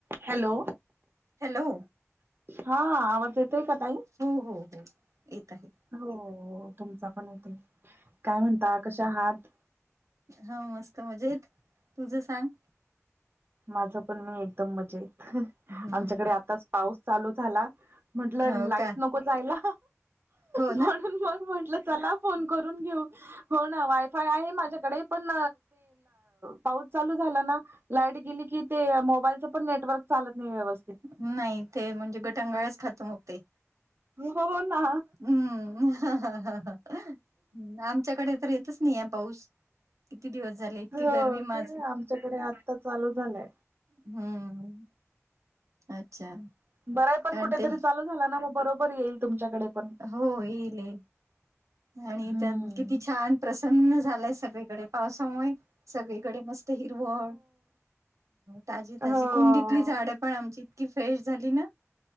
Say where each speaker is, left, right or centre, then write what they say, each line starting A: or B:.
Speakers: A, on the right; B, on the right.
A: Hello
B: hello
A: हा आवाज येतोय का ताई?
B: हो हो हो येत आहे.
A: हो तुमचा पण होता काय म्हणता कशा आहात?
B: हो मस्त मजेत, तुझं सांग?
A: माझ पण मी एकदम मजाेत
B: हम्म
A: आमच्याकडे आताच पाऊस चालू झाला. म्हंटलं
B: हो
A: लाईट
B: का
A: नको जायला
B: हो
A: म्हणून
B: ना
A: मग म्हंटलं चला फोन करून घेऊ हो ना वा माझ्याकडे पण पाऊस चालू झाला ना ते मोबाईलचं पण नेटवर्क चालत नाही व्यवस्थ
B: नाही ते म्हणजे गटांगाळ्याच खात होते.
A: हो ना
B: हम्म् आमच्याकडे तर येतच नाही आहे पाऊस. किती दिवस झाले इतकी
A: हो
B: गरमी माझ
A: काय आमच्याकडे आत्ता चालू झालाय.
B: हम्म अच्छा
A: बरंय पण
B: कारण
A: कुठेतरी
B: ते
A: चालू झाला ना मग बरोबर येईल तुमच्याकडे पण.
B: हो येईल येईल आणि
A: हो
B: त्या किती छान प्रसन्न झालाय सगळीकडे पावसामुळे सगळीकडे मस्त हिरवळ ताजी
A: हो.
B: -ताजी कुंडीतली झाडं पण आमची इतकी फ्रेश झाली ना